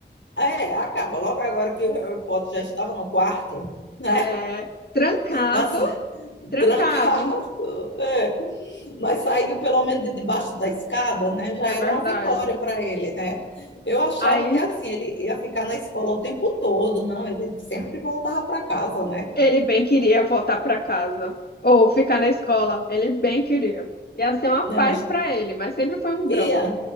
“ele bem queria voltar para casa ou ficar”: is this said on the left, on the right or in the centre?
Left